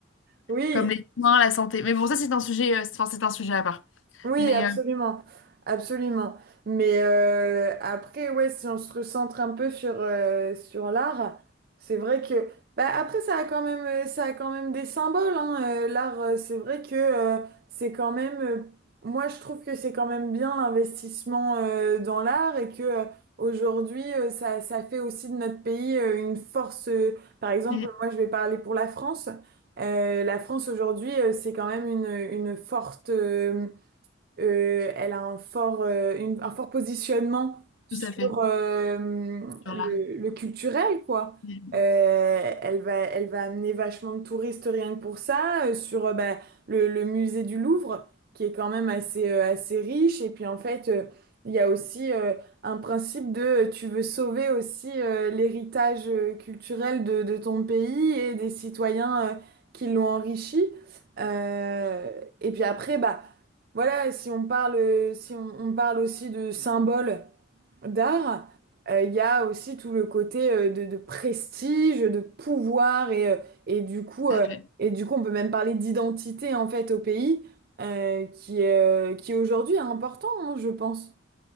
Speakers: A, on the right; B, on the left.
A: Oui,
B: comme les soins, la santé. Mais bon, ça, c'est un sujet, euh, c'est enfin, c'est un sujet à part.
A: Oui,
B: Mais
A: absolument,
B: euh,
A: absolument. Mais euh, après, ouais, si on se recentre un peu sur euh, sur l'art, c'est vrai que bah après ça a quand même euh, ça a quand même des symboles, hein. Euh, l'art, euh, c'est vrai que euh, c'est quand même euh, moi je trouve que c'est quand même bien l'investissement euh, dans l'art et que euh, aujourd'hui euh, ça ça fait aussi de notre pays euh, une force. euh, par exemple,
B: hum,
A: moi je vais parler pour la France. Euh, la France aujourd'hui, euh, c'est quand même une une forte euh, euh, elle a un fort, euh, une- un fort positionnement sur
B: tout à fait,
A: euh,
B: sur
A: le,
B: l'art.
A: le culturel, quoi.
B: Hum,
A: Euh, elle va, elle va amener vachement de touristes rien que pour ça, euh, sur euh, bah, le, le musée du Louvre, qui est quand même assez, euh, assez riche. Et puis en fait, euh, il y a aussi euh, un principe de euh, tu veux sauver aussi euh, l'héritage euh, culturel de, de ton pays et des citoyens euh, qui l'ont enrichi. Euh, et puis après, bah, voilà, si on parle, euh, si on, on parle aussi de symboles d'art, euh, il y a aussi tout le côté euh, de, de prestige, de pouvoir et, euh, et du coup,
B: tout
A: euh,
B: à fait.
A: et du coup, on peut même parler d'identité en fait au pays, euh, qui, euh, qui aujourd'hui est important, hein, je pense.